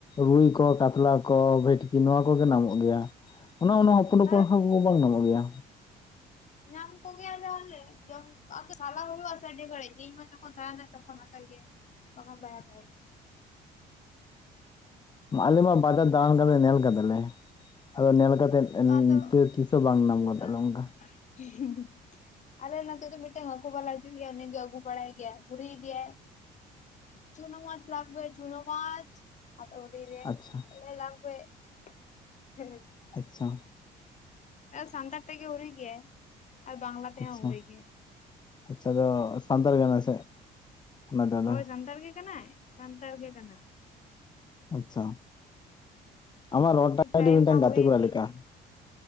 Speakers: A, on the left; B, on the left.
A: ᱨᱩᱭ ᱠᱚ, ᱠᱟᱛᱞᱟ ᱠᱚ, ᱵᱷᱤᱴᱠᱤ ᱱᱚᱣᱟ ᱠᱚᱜᱮ ᱧᱟᱢᱚᱜ ᱜᱮᱭᱟ᱾ ᱚᱱᱮ ᱚᱱᱟ ᱦᱚᱯᱚᱱ ᱦᱚᱯᱚᱱ
B: ᱟᱨ
A: ᱦᱚᱯᱚᱱ ᱵᱟᱝ ᱧᱟᱢᱚᱜ ᱜᱮᱭᱟ᱾
B: ᱧᱟᱢ ᱠᱚ ᱜᱮᱭᱟᱞᱮ ᱟᱞᱮ ᱡᱚᱢ ᱥᱟᱞᱟ ᱦᱩᱭᱩᱜᱼᱟ ᱥᱮ ᱤᱧ ᱢᱟ ᱡᱚᱠᱷᱚᱱ ᱛᱟᱦᱮᱱᱟ ᱛᱚᱠᱷᱚᱱ ᱦᱟᱛᱟ ᱜᱮᱭᱟ. ᱧ ᱛᱚᱠᱷᱚᱱ ᱫᱟᱭᱟ ᱛᱟ
A: ᱟᱞᱮ ᱢᱟ ᱵᱟᱡᱟᱨ ᱫᱟᱬᱟᱱ ᱠᱟᱛᱮ ᱧᱮᱞ ᱟᱠᱟᱫᱟᱞᱮ, ᱟᱫᱚ ᱧᱮᱞ ᱠᱟᱛᱮᱜ
B: ᱟᱫᱚ
A: ᱛᱤᱥ ᱦᱚᱸ ᱵᱟᱝ ᱧᱟᱢ ᱠᱟᱫᱟ
B: ᱟᱸ
A: ᱱᱚᱝᱠᱟ᱾
B: <unintelligible> ᱟᱞᱮ ᱱᱚᱛᱮ ᱫᱚ ᱢᱤᱫᱴᱟᱝ ᱦᱟᱹᱠᱩ ᱵᱟᱞᱟ ᱦᱤᱡᱩᱜ ᱜᱮᱭᱟ ᱩᱱᱤ ᱜᱮ ᱟᱹᱜᱩ ᱵᱟᱲᱟᱭ ᱜᱮᱭᱟᱭ ᱦᱩᱨᱤ ᱤᱫᱮᱭᱟᱭ᱾ ᱪᱩᱱᱳ ᱢᱟᱪ ᱞᱟᱜᱵᱮ ᱪᱩᱱᱳ ᱢᱟᱪ᱾ <unintelligible>
A: ᱟᱪᱪᱷᱟ ᱟᱪᱪᱷᱟ
B: ᱥᱟᱱᱛᱟᱲ ᱛᱮᱜᱮ ᱦᱩᱨᱤ ᱜᱮᱭᱟᱭ ᱟᱨ ᱵᱟᱝᱞᱟ ᱛᱮᱦᱚᱸ
A: ᱟᱪᱪᱷᱟ
B: ᱦᱩᱨᱤ ᱜᱮᱭᱟᱭ᱾
A: ᱟᱪᱪᱷᱟ, ᱫᱚ ᱥᱟᱱᱛᱟᱲ ᱠᱟᱱᱟᱭ ᱥᱮ ᱚᱱᱟ ᱫᱚ ᱟᱫᱚ
B: ᱦᱳᱭ ᱥᱟᱱᱛᱟᱲ ᱜᱮ ᱠᱟᱱᱟᱭ, ᱥᱟᱱᱛᱟᱲ ᱜᱮ ᱠᱟᱱᱟᱭ᱾
A: ᱟᱪᱪᱷᱟ, ᱟᱢᱟᱜ ᱨᱚᱲ ᱴᱟᱜ
B: ᱴᱟᱭᱤᱢ
A: ᱢᱤᱫᱴᱟᱝ
B: ᱢᱟ
A: ᱜᱟᱛᱮ
B: ᱦᱩᱭ
A: ᱠᱚᱲᱟ
B: ᱤᱫᱤᱭᱮᱱᱟ
A: ᱞᱮᱠᱟ᱾